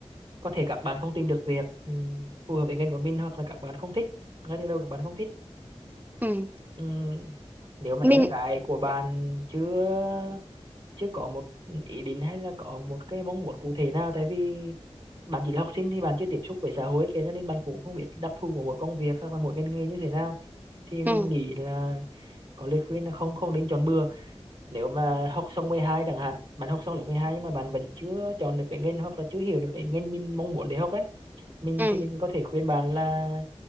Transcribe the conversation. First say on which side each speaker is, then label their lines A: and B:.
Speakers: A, on the right (about 55°); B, on the right (about 15°).
A: có thể các bạn không tìm được việc ừm, phù hợp với ngành của mình hoặc là các bạn không thích ngay từ đầu các bạn không thích
B: ừ
A: Ừm, nếu mà
B: mình
A: em gái của bạn chưa chưa có một ý định hay là có một cái mong muốn cụ thể nào tại vì bạn chỉ là học sinh thì bạn chưa tiếp xúc với xã hội kia cho nên bạn cũng không biết đặc thù của mỗi công việc hoặc là mỗi ngành nghề như thế nào thì mình
B: ừ
A: nghĩ là có lời khuyên là không không nên chọn bừa nếu mà học xong 12 chẳng hạn bạn học xong lớp 12 nhưng mà bạn vẫn chưa chọn được cái ngành hoặc là chưa hiểu được cái ngành mình mong muốn để học ấy mình
B: ừ
A: thì mình có thể khuyên bạn là